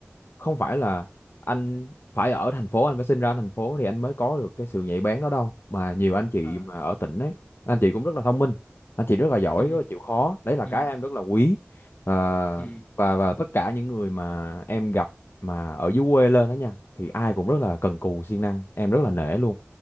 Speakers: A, on the left; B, on the left.
A: không phải là anh phải ở thành phố anh phải sinh ra thành phố thì anh mới có được cái sự nhạy bén đó đâu mà nhiều anh chị
B: à
A: mà ở tỉnh ấy anh chị cũng rất là thông minh anh chị rất là giỏi
B: ừ
A: rất là chịu khó đấy là
B: ừ
A: cái em rất là quý và
B: ừ
A: và và tất cả những người mà em gặp mà ở dưới quê lên đó nha thì ai cũng rất là cần cù siêng năng em rất là nể luôn